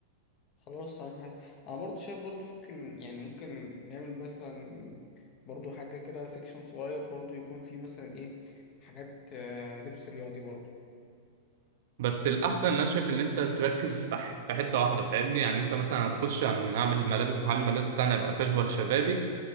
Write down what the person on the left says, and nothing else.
خلاص تمام حلو انا برضو شايف برضو ممكن يعني ممكن نعمل مثلا برضو حاجة كده سيكشن صغير برضو يكون فيه مثلا ايه حاجات آه، لبس رياضي برضو